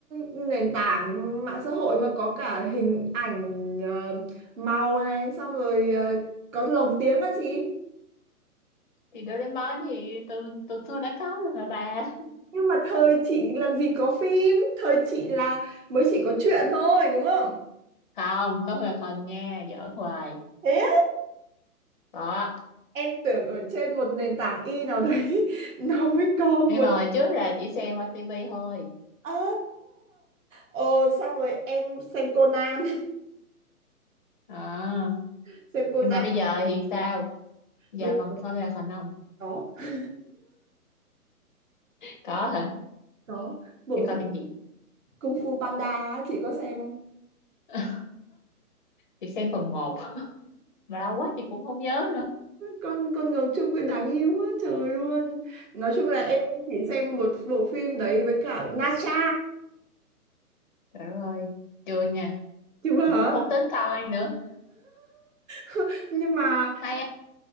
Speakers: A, on the right (about 55°); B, on the left (about 35°).
A: nền tảng mạng xã hội mà có cả hình ảnh ờ, màu này xong rồi ờ, có lồng tiếng á chị
B: thì Doraemon thì từ từ xưa đã có rồi mà bà
A: nhưng mà thời chị làm gì có phim thời chị là mới chỉ có truyện thôi đúng không
B: <laughs> không có là không nha giỡn hoài
A: thế
B: đó
A: em tưởng ở trên một nền tảng y nào đấy <laughs> nó mới có mới
B: nhưng mà hồi trước là chỉ xem qua tivi thôi
A: à, ờ xong rồi em xem Conan
B: à,
A: <laughs> xem Conan
B: nhưng mà bây giờ thì sao giờ
A: bây
B: còn
A: giờ
B: coi là không không
A: có <laughs>
B: có hả
A: có bộ
B: nhưng
A: phim
B: coi phim gì
A: Kung Fu Panda á, chị có xem không
B: <laughs> chị xem phần một mà lâu quá chị cũng không nhớ nữa
A: con con gấu trúc ấy đáng yêu quá trời luôn nói chung là em chỉ xem một bộ phim đấy với cả Nacha
B: trời đất ơi chưa nha
A: chứ
B: mà
A: hả
B: cũng không tính coi nữa
A: <laughs> nhưng mà
B: hay